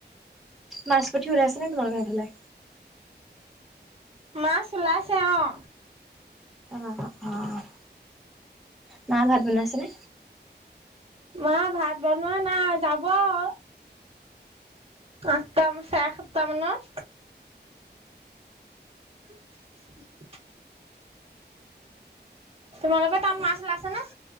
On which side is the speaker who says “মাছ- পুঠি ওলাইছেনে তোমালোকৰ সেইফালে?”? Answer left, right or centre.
Centre